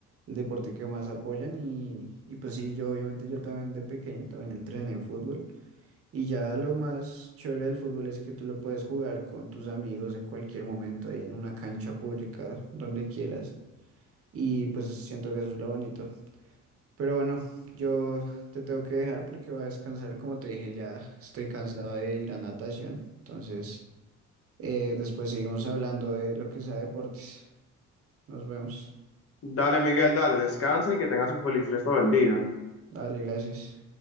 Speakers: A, on the right; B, on the left.
A: el deporte que más apoyan. Y, y pues sí, yo obviamente yo también de pequeño también entrené fútbol. Y ya lo más chévere del fútbol es que tú lo puedes jugar con tus amigos en cualquier momento, ahí en una cancha pública, donde quieras. Y pues siento que eso es lo bonito. Pero bueno, yo te tengo que dejar porque voy a descansar. Como te dije, ya estoy cansado de ir a natación. Entonces, eh, después seguimos hablando de lo que sea deportes. Nos vemos.
B: Dale, Miguel, dale, descansa y que tengas un feliz resto del día.
A: Dale, gracias.